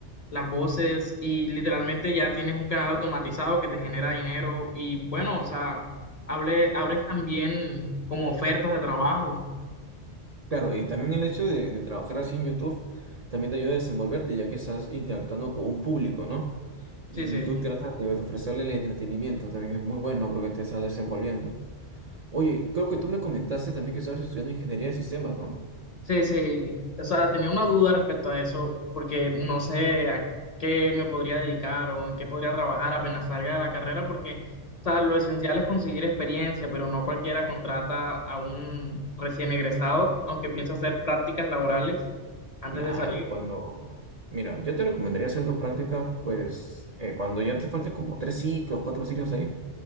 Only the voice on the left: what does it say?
las voces y literalmente ya tienes un canal automatizado que te genera dinero y bueno, o sea, hable, abres también como ofertas de trabajo.
Sí, sí,
sí, sí. O sea, tenía una duda respecto a eso, porque no sé a qué me podría dedicar o en qué podría trabajar apenas salga de la carrera, porque, o sea, lo esencial es conseguir experiencia, pero no cualquiera contrata a un recién egresado, aunque pienso hacer prácticas laborales antes
de salir.